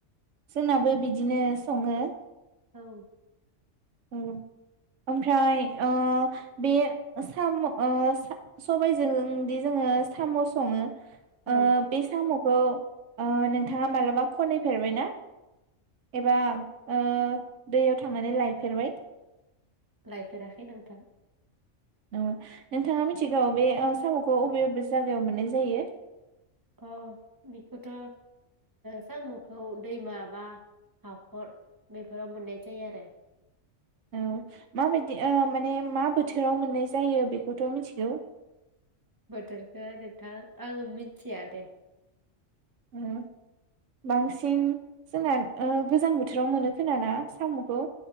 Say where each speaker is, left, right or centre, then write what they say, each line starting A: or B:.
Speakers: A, on the right; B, on the right.
A: जोंनाबो बिदिनो सङो।
B: औ
A: ओ ओमफ्राय ओ बे साम' ओ सा-सबायजोंदि जोङो साम' सङो
B: औ
A: ओ बे साम' खौ ओ नोंथाङा मालाबा खनैफेरबायना एबा ओ दैयाव थांनानै लाय फेरबाय?
B: लायफेराखै नोंथां
A: ओ नोंथाङा मिथिगौ बे ओ साम'खौ अबे अबे जागायाव मोननाय जायो
B: अ बेखौथ ओ सामुखौ दैमा बा हाखर बेफोराव मोननाय जायो आरो।
A: औ माबायदि ओ माने मा बोथोराव मोननाय जायो बेखौथ मिथिगौ।
B: बोथोरखो नोंथां आङो मिथिया दे।
A: ओ बांसिन जोंना ओ गोजां बोथोराव मोनो खोना ना सामखौ